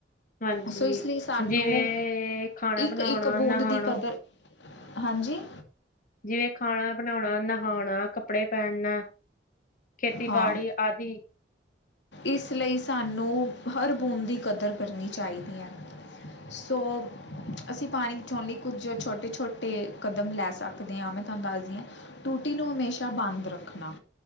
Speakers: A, on the left; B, on the left.
A: ਹਾਂਜੀ
B: ਸੋ ਇਸ ਲਈ ਸਾਨੂੰ
A: ਜਿਵੇਂ ਖਾਣਾ
B: ਇੱਕ,
A: ਬਣਾਉਣਾ
B: ਇੱਕ ਬੂੰਦ
A: ਨਹਾਉਣਾ
B: ਦੀ ਕਦਰ ਹਾਂਜੀ
A: ਜਿਵੇਂ ਖਾਣਾ ਬਣੌਣਾ ਨਹਾਓਣਾ ਕੱਪੜੇ ਪੇਨਣਾ ਖੇਤੀਬਾੜੀ
B: ਹਾਂ
A: ਆਦਿ
B: ਇਸ ਲਈ ਸਾਨੂੰ, ਹਰ ਬੂੰਦ ਦੀ ਕਦਰ ਕਰਨੀ ਚਾਈਦੀ ਐ। ਸੋ, ਅਸੀਂ ਪਾਣੀ ਬਚਾਣ ਲਈ ਕੁਝ ਛੋਟੇ-ਛੋਟੇ ਕਦਮ ਲੈ ਸਕਦੇ। ਸਕਦੇ ਹਾਂ, ਮੈਂ ਤੁਹਾਨੂੰ ਦੱਸਦੀ ਆਂ, ਹਾਂ ਟੂਟੀ ਨੂੰ ਹਮੇਸ਼ਾ ਬੰਦ ਰੱਖਣਾ।